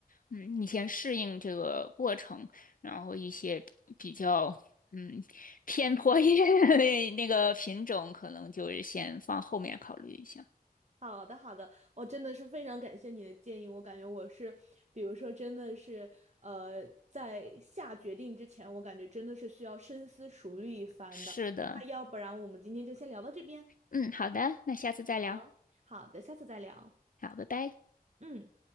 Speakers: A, on the left; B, on the right.
A: 嗯，你先适应这个过程，然后一些比较嗯偏颇一点的那那个品种，可能就是先放后面考虑一下。
B: 好的，好的，我真的是非常感谢你的建议。我感觉我是，比如说，真的是，呃，在下决定之前，我感觉真的是需要深思熟虑一番的。
A: 是的，
B: 那要不然我们今天就先聊到这边。
A: 嗯，好的，那下次再聊。
B: 好，好的，下次再聊。
A: 好，拜拜。
B: 嗯。